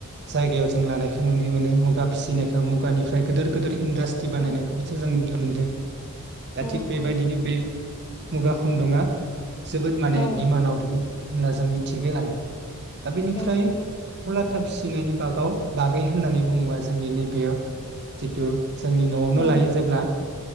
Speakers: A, on the right; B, on the left.
A: जायगायाव जों लानायखौ नुनो मोनो मुगा फिसिनायखौ मुगानिफ्राय गोदोर गोदोर इन्डास्ट्री बानायनायखौबोसो
B: औ
A: जों नुनो मोनो। मोनदो दा
B: औ
A: थिग
B: नंगौ
A: बेबायदिनो बे मुगा खुन्दुङा जोबोद माने
B: औ
A: दिमान्डआव दोङो। होनना जों मिथिगो आरो। दा बेनिफ्राय
B: नंगौ
A: मुला - थाब फिसिनायनि बागाव बागै होननानै बुङोबा जोंनि नैबेयो जिथु जोंनि नआवनो
B: औ
A: लायो जेब्ला